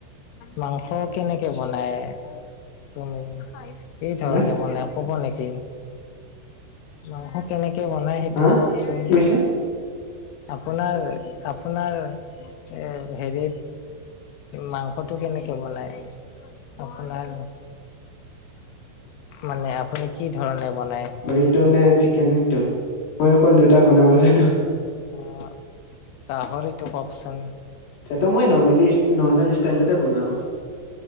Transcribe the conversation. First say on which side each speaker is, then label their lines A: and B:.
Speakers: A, on the left (about 85°); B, on the left (about 70°).
A: মাংস কেনেকে বনাই? তুমি কি ধৰণে
B: হা
A: বনাই ক'ব নেকি? মাংস কেনেকে বনাই সেইটোও
B: হা
A: কওকচোন,
B: কি কৈছে
A: আপোনাৰ আপোনাৰ এ হেৰিত মাংসটো কেনেকে বনায়? <unintelligible> আপোনাৰ মানে আপুনি কি ধৰণে বনাই?
B: <unintelligible> নে চিকেন টো মই অকল দুটা বনাব জানো।
A: অ', গাহৰিটো কওকচোন?
B: সেটো মই নৰ্মেলি নৰ্মেল ষ্টাইলতে বনাওঁ।